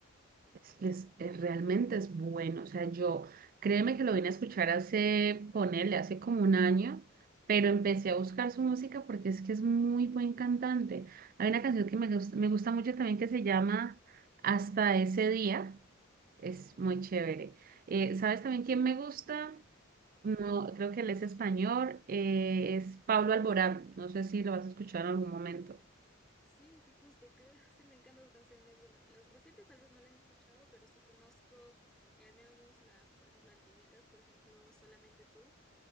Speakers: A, on the right (about 45°); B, in the centre.
A: es- les- es- realmente es bueno. O sea, yo, créeme que lo vine a escuchar hace, ponerle, hace como un año, pero empecé a buscar su música porque es que es muy buen cantante. Hay una canción que me gusta, me gusta mucho también que se llama Hasta ese día. Es muy chévere. Eh, ¿sabes también quién me gusta?
B: Y
A: No,
B: a ver.
A: creo que él es español. eh, es Pablo Alborán. No sé si lo vas a escuchar en algún momento.
B: Sí, sí, justo, creo, <laughs> sí me encantan las canciones. Bueno, las recientes tal vez no las he escuchado, pero sí conozco eh, al menos las, por ejemplo, antiguitas, por ejemplo, Solamente tú.